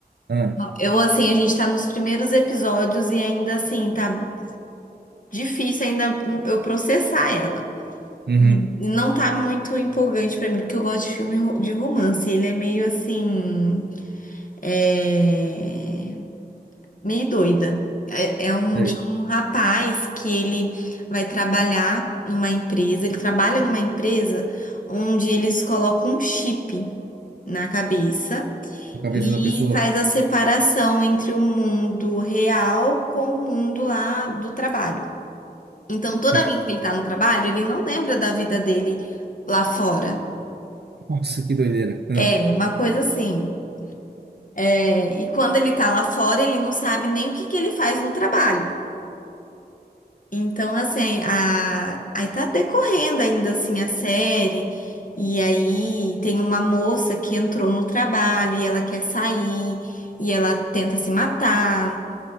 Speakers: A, on the right; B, on the left.
A: Ah,
B: Eu, assim, a gente tá nos primeiros episódios e ainda assim, tá difícil ainda eu processar ela.
A: uhum.
B: E e não tá muito empolgante pra mim, porque eu gosto de filme ro- de romance. Ele é meio assim. É... meio doida. É, é um
A: Sei.
B: de um rapaz que ele vai trabalhar numa empresa. Ele trabalha numa empresa onde eles colocam um chip na cabeça.
A: A cabeça
B: E
A: da pessoa?
B: faz a separação entre o mundo real com o mundo lá do trabalho. Então,
A: Certo.
B: toda vez que ele tá no trabalho, ele não lembra da vida dele lá fora.
A: Nossa, que doideira. Ah,
B: É, uma coisa assim. É, e quando ele tá lá fora, ele não sabe nem o que que ele faz no trabalho. Então, assim, a... aí tá decorrendo ainda assim a série. E aí tem uma moça que entrou no trabalho e ela quer sair e ela tenta se matar.